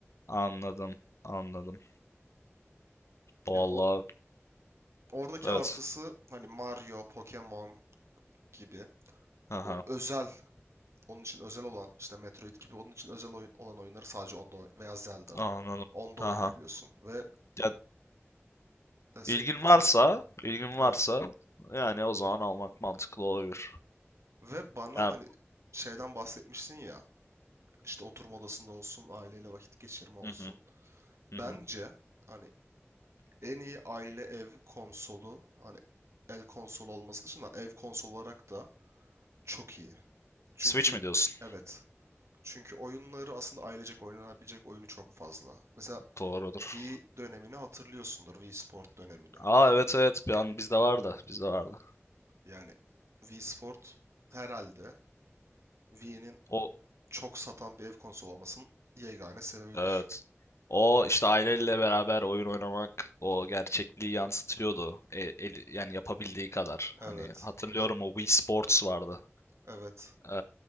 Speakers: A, on the left; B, on the right.
A: anladım anladım. Vallahi
B: Ya o oradaki
A: evet.
B: artısı hani Mario, Pokemon gibi
A: Aha
B: o özel onun için özel olan işte Metroid gibi onun için özel oyun olan oyunları sadece onda oy- veya Zelda
A: anladım.
B: onda
A: Aha.
B: oynayabiliyorsun ve
A: Ya
B: e, sö-
A: ilgin
B: lütfen
A: varsa ilgin
B: evet
A: varsa yani o zaman almak mantıklı olabilir.
B: ve bana
A: Ya
B: hani şeyden bahsetmişsin ya işte oturma odasında olsun aileyle vakit geçirme olsun
A: hı hı, hı
B: bence
A: hı.
B: hani en iyi aile ev konsolu hani el konsolu olması dışında ev konsolu olarak da çok iyi. Çünkü
A: Switch mi diyorsun?
B: evet. Çünkü oyunları aslında ailecek oynanabilecek oyunu çok fazla. Mesela
A: Doğrudur.
B: Wii dönemini hatırlıyorsundur. Wii Sport dönemini.
A: Aa evet evet. Bir an bizde vardı. Bizde vardı.
B: Yani Wii Sport herhalde Wii'nin
A: O
B: çok satan bir ev konsolu olmasının yegane sebebidir.
A: Evet. O işte aileyle beraber oyun oynamak o gerçekliği yansıtıyordu. E- el- yani yapabildiği kadar.
B: Evet.
A: Hani hatırlıyorum o Wii Sports vardı.
B: Evet.
A: Ee,